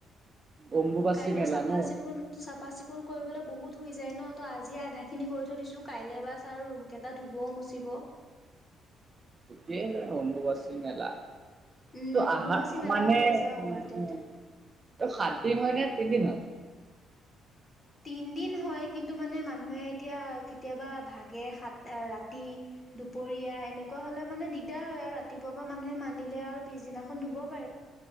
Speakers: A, on the right; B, on the left.
A: অম্বুবাচী
B: কাইলৈ
A: মেলা
B: চাফা
A: ন?
B: চিকুণ চাফা চিকুণ কৰিবলৈ বহুত ধুই যায় ন টো আজি আধা খিনি কৰি থৈ দিছো কাইলৈ বাছ আৰু ৰুম কেইটা ধুব মুচিব <inaudible>
A: ঠিকেই বাৰু, অম্বুবাচী মেলা।
B: উম
A: ত'
B: অম্বুবাচী
A: আহা
B: মেলাও
A: মানে
B: হৈ আছে
A: উ,
B: অ গুৱাহাটীত।
A: উ, উ, প্ৰসাদ। তিন হয় নে পেণ্ডিং হয়
B: তিন দিন হয় কিন্তু মানে মানুহে এতিয়া কেতিয়াবা ভাগে সাত ৰাতি দুপৰীয়া এনেকুৱা হলে মানে দিগদাৰ হয় আৰু ৰাতিপুৱা পৰা মানুহে মানিলে আৰু পিছদিনাখন ধুব <unintelligible>